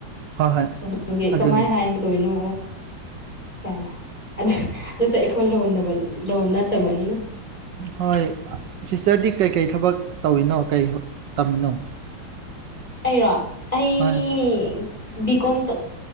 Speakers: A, on the right; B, on the left.
A: ꯍꯣꯏ ꯍꯣꯏ
B: ꯑꯗꯨꯒꯤ
A: ꯑꯗꯨꯅꯦ
B: ꯀꯃꯥꯏ ꯍꯥꯏꯒꯗꯣꯏꯅꯣ ꯀꯥꯏꯅ ꯑ ꯑꯁꯨ ꯑꯩꯈꯣꯏ ꯂꯣꯟꯗꯕ ꯂꯣꯟ ꯅꯠꯇꯕꯅꯤꯅ
A: ꯍꯣꯏ ꯁꯤꯁꯇꯔꯗꯤ ꯀꯩꯀꯩ ꯊꯕꯛ ꯇꯧꯔꯤꯅꯣ ꯀꯩ ꯇꯝꯃꯤꯅꯣ
B: ꯑꯩꯔꯣ ꯑꯩ
A: ꯍꯣꯏ
B: ꯕꯤ ꯀꯣꯝ